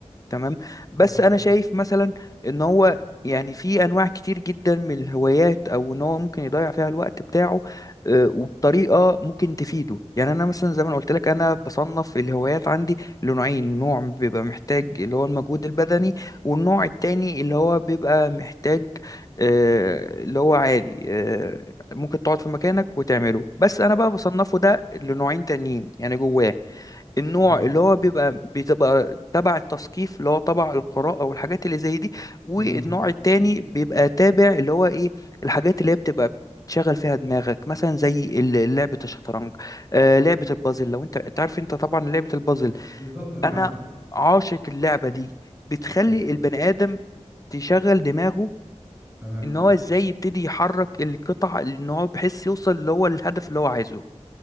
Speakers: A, on the left; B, on the right.
A: تمام بس
B: مظبوط.
A: انا شايف مثلا ان هو يعني في انواع كتير جدا من الهوايات او ان هو ممكن يضيع فيها الوقت بتاعه آه، وبطريقه ممكن تفيده يعني انا مثلا زي ما أنا قلت لك انا بصنف الهوايات عندي لنوعين نوع بيبقى محتاج اللي هو المجهود البدني والنوع التاني اللي هو بيبقى محتاج آه، اللي هو عادي آه، ممكن تقعد في مكانك وتعمله بس انا بقى بصنفه ده لنوعين تانيين يعني جواه النوع
B: تمام
A: اللي هو بيبقى بتبقى تبع التثقيف اللي هو تبع القراءة والحاجات اللي زي دي والنوع
B: تمام
A: التاني بيبقى تابع اللي هو ايه الحاجات اللي هي بتبقى تشغل فيها دماغك مثلا زي ال- لعبة الشطرنج آه لعبة البازل لو انت انت عارف انت طبعا لعبة البازل
B: بالظبط ايوه
A: انا
B: عارفها
A: عاشق اللعبة دي بتخلي
B: ايوه
A: البني آدم تشغل دماغه
B: تمام
A: ان هو ازاي يبتدي يحرك القطع ان هو بحيث يوصل اللي هو الهدف اللي هو عايزه